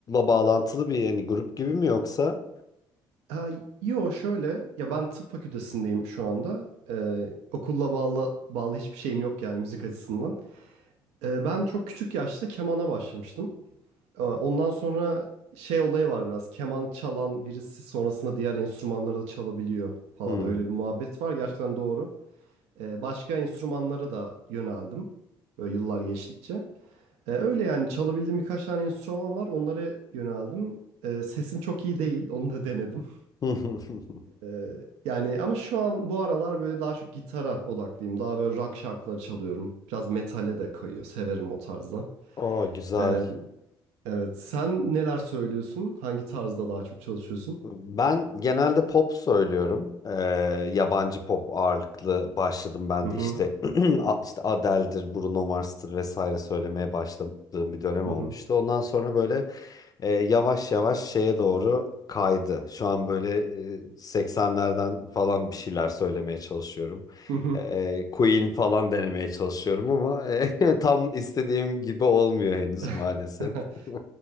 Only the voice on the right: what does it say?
Ha, yo şöyle ya ben tıp fakültesindeyim şu anda. Ee, okulla bağlı bağlı hiçbir şeyim yok yani müzik açısından. Ee, ben çok küçük yaşta kemana başlamıştım. Ee, Ondan sonra şey olayı var biraz. Keman çalan birisi sonrasında diğer enstrümanları da çalabiliyor falan.
Öyle bir muhabbet var. Gerçekten doğru. Ee, Başka enstrümanlara da yöneldim. Böyle yıllar geçtikçe. Ee, Öyle yani çalabildiğim birkaç tane enstrüman var. Onlara yöneldim. Ee, Sesim çok iyi değil. <laughs> Onu da denedim.
Ee, Yani ama şu an bu aralar böyle daha çok gitara odaklıyım. Daha böyle rock şarkıları çalıyorum. Biraz metale de kayıyor. Severim o tarzda.
Ee, Evet. Sen neler söylüyorsun? Hangi tarzda daha çok çalışıyorsun?
Hı hı.
Hı hı.
Hı hı.
<laughs>